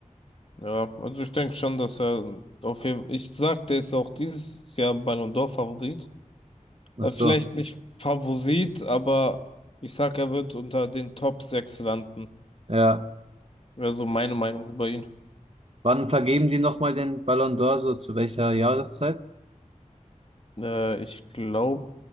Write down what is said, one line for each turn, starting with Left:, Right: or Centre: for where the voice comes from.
Left: Ja, also ich denke schon, dass er auf jeden Fall, ich sag, der ist auch dieses Jahr Ballon d'Or-Favorit.
Right: Ach
Left: Äh,
Right: so,
Left: vielleicht nicht Favorit, aber ich sag, er wird unter den Top 6 landen.
Right: ja.
Left: Wäre so meine Meinung über ihn.
Right: Wann vergeben die nochmal den Ballon d'Or, so zu welcher Jahreszeit?
Left: Äh, ich glaube,